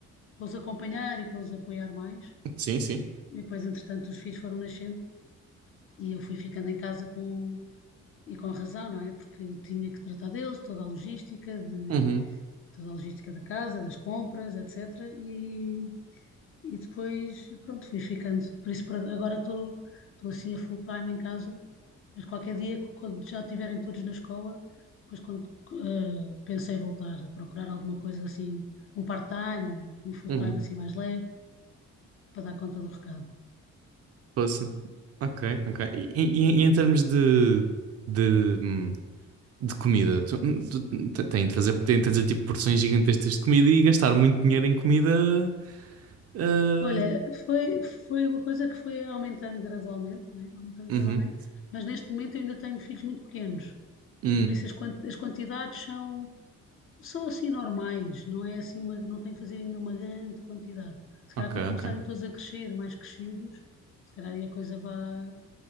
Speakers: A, on the left; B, on the right.
A: para os acompanhar e para os apoiar mais.
B: Sim, sim.
A: E depois, entretanto, os filhos foram nascendo e eu fui ficando em casa com, e com razão, não é? Porque tinha que tratar deles, toda a logística, de,
B: Uhum,
A: toda a logística da casa, das compras, etc. E depois, pronto, fui ficando. Por isso, por agora estou estou assim a full time em casa, mas qualquer dia, quando já estiverem todos na escola, depois quando eh, pensei voltar a procurar alguma coisa assim, um part-time ou um full-time
B: uhum.
A: assim mais leve, para dar conta do recado.
B: Posso. Ok, ok. E, e- e em termos de, de, hum, de comida, tu, tu, te- tem de fazer, tem de fazer tipo porções gigantescas de comida e gastar muito dinheiro em comida eh,
A: Olha, foi, foi uma coisa que foi aumentando gradualmente, não é? Aumentando
B: Uhum.
A: gradualmente, mas neste momento eu ainda tenho filhos muito pequenos,
B: Hum,
A: e por isso as, quan- as quantidades são, São assim normais, não é assim uma, não tem que fazer ainda uma grande quantidade. Se
B: ok,
A: calhar quando começarem
B: ok.
A: todos a crescer, mais crescidos, se calhar aí a coisa vá,